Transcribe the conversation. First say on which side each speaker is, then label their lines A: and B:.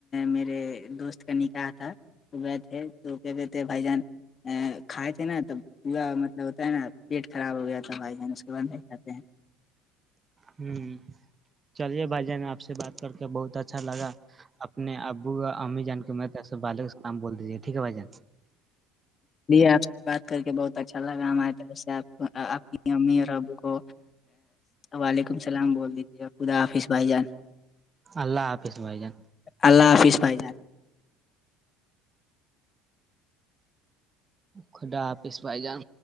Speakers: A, on the left; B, on the right.
A: میرے دوست کا نکاح تھا صبح تھے تو کہ تھے بھ جان ا کھائے تھے نا تب پا مطلب ہے نا پیٹ خراب ہو گیا تھا بھائی جان اس کے بعد نہیں کھاتے ہیں
B: ہوں چلیے بھائی جان آپ سے بات کر کے بہت اچھا لگا اپنے ابو امی جان کیسے بالک نام بول دیجیے ٹھیک ہے بھائی جان
A: ج آپ سے بات کر کے بہت اچھا لگا آپ آپ کی امی اور ابو کو وعلیکم السلام بول دیجیے خدا حافظ بھائی جان
B: اللہ حافظ بھائی جان
A: اللہ حافظ پائ جے
B: خڈا پس بائی جان